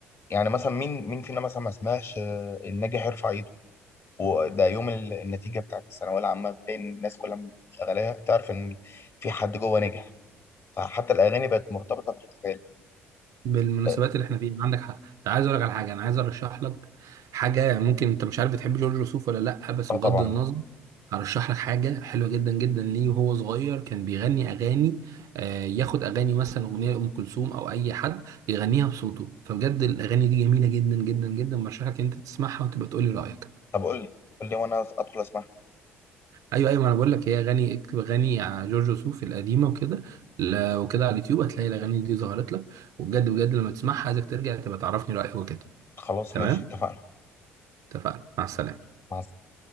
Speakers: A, on the left; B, on the right.
A: يعني مثلا مين مين فينا مثلا ما سمعش آه، الناجح يرفع ايده وده يوم ال- النتيجه بتاعت الثانويه العامه بتلاقي ان الناس كلها شغاله تعرف ان في حد جوه نجح فحتى الاغاني بقت مرتبطه باحتفال
B: بالمناسبات
A: اه
B: اللي احنا فيها عندك حق انت عايز اقول لك على حاجه انا عايز ارشح لك حاجه ممكن انت مش عارف بتحب جورج وسوف ولا لا بس
A: آه،
B: بغض
A: طبعا
B: النظر هرشح لك حاجه حلوه جدا جدا ليه وهو صغير كان بيغني اغاني آه ياخد اغاني مثلا اغنيه لام كلثوم او اي حد يغنيها بصوته فبجد الاغاني دي جميله جدا جدا جدا برشح لك انت تسمعها وتبقى تقول لي رايك
A: طب قول لي قول لي وانا ادخل اسمع
B: ايوه ايوه ما انا بقول لك هي اغاني اكتب اغاني ع- جورج وسوف القديمه وكده لا- وكده على اليوتيوب هتلاقي الاغاني دي ظهرت لك وبجد بجد لما تسمعها عايزك ترجع تبقى تعرفني رايك وكده
A: خلاص
B: تمام
A: ماشي اتفقنا
B: اتفقنا مع السلامة
A: مع